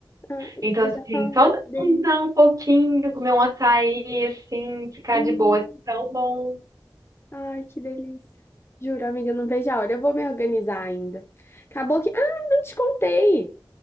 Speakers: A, on the left (about 30°); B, on the right (about 45°).
A: Ah,
B: Então,
A: você
B: assim,
A: já falou
B: só
A: que delícia.
B: andar um pouquinho, comer um açaí, assim, ficar
A: Hum,
B: de boa, é tão bom.
A: ai, que delícia. Juro, amiga, eu não vejo a hora. Eu vou me organizar ainda. Acabou que. Ah, não te contei.